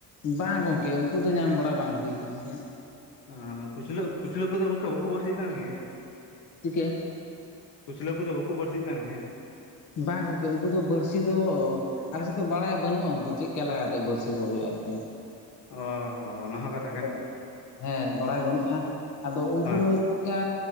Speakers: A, on the left; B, on the left.
A: ᱵᱟᱝ ᱜᱚᱝᱠᱮ ᱩᱱᱠᱩ ᱫᱚ ᱧᱟᱢ ᱵᱟᱲᱟ ᱵᱟᱝ ᱦᱩᱭ ᱠᱟᱱ ᱜᱮᱭᱟ᱾
B: ᱚ ᱠᱩᱪᱞᱟᱹ ᱠᱩᱪᱞᱟᱹ ᱠᱚᱫᱚ ᱜᱚᱝᱠᱮ ᱵᱟᱠᱚ ᱵᱟᱹᱲᱥᱤᱭᱮᱜ ᱠᱟᱱ ᱜᱮᱭᱟ?
A: ᱪᱤᱠᱟᱹ
B: ᱠᱩᱪᱞᱟᱹ ᱠᱚᱫᱚ ᱵᱟᱠᱚ ᱵᱟᱹᱲᱥᱤᱜ ᱠᱟᱱ ᱜᱮᱭᱟ?
A: ᱵᱟᱝ ᱜᱚᱝᱠᱮ ᱩᱱᱠᱩ ᱫᱚ ᱵᱟᱹᱲᱥᱤ ᱫᱚ ᱟᱞᱮ ᱥᱮᱫ ᱫᱚ ᱵᱟᱲᱟᱭ ᱵᱟᱹᱱᱩᱜᱼᱟ ᱩᱱᱠᱩ ᱪᱮᱫᱠᱟ ᱞᱮᱠᱟᱛᱮ ᱵᱟᱹᱲᱥᱤ ᱠᱚ ᱦᱩᱭᱩᱜᱼᱟ ᱟᱨᱠᱤ
B: ᱚ ᱦᱚᱸ ᱚᱱᱟ ᱦᱚ ᱠᱟᱛ
A: ᱟᱫᱚ ᱦᱮᱸ ᱵᱟᱲᱟᱭ ᱵᱟᱹᱱᱩᱜᱼᱟ ᱟᱫᱚ ᱩᱱᱠᱩ
B: ᱦᱳᱭ
A: ᱫᱚ ᱪᱮᱫ ᱠᱟ